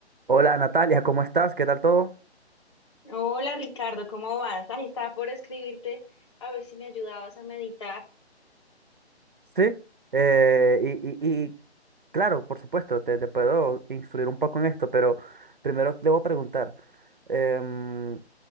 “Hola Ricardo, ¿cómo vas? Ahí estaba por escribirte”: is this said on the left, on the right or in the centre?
Left